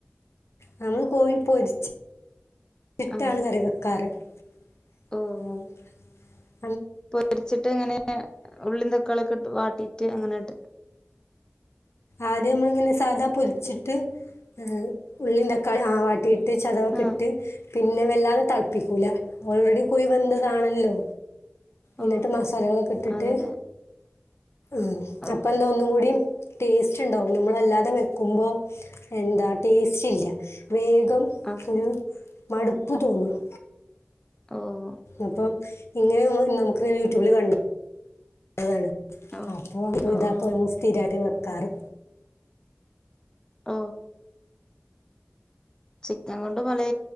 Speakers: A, on the left; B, on the left.
A: ഞങ്ങള് കോയി പൊരിച്ചി ഇട്ടാണ്
B: ആഹ്
A: കറി വെക്കാറ് ആം
B: ഓ പൊരിച്ചിട്ട് ഇങ്ങനെ ഉള്ളീം തക്കാളീക്കിട്ട് വാട്ടീട്ട് അങ്ങനെട
A: ആദ്യമ്മിള് സാദാ പൊരിച്ചിട്ട് അ ഉള്ളീം തക്കാളീം ആ വാട്ടി ഇട്ട് ചതവക്ക
B: ആഹ്
A: ഇട്ട് പിന്നെ വല്ലാതെ തെളപ്പിക്കൂല ഓൾറെഡി കുഴി വെന്തതാണല്ലോ
B: ഓ
A: ഇന്നിട്ട് മസാലകളൊക്കെ ഇട്ടിട്ട്
B: അതെ അതെ
A: മ്
B: ഓ
A: അപ്പ എന്താ ഒന്നും കൂടി ടേസ്റ്റിണ്ടാവും നമ്മളല്ലാതെ വെ ക്കുമ്പോ എന്താ ടേസ്റ്റില്ല വേ <unintelligible>
B: അതെ
A: മടുപ്പു തോന്നുവാ
B: ഓഹ്
A: അപ്പം ഇങ്ങനെമ്മ നമക്ക്ങ്ങനെ യുട്യൂബില് ക അതാണ്
B: ഓ
A: അപ്പോ
B: ഓ
A: ഇതാപ്പൊ
B: ഓ
A: ഞങ്ങള് സ്ഥിരായിട്ട് വെ കാറ്
B: ഓ ചിക്കൻകൊണ്ട് പലേ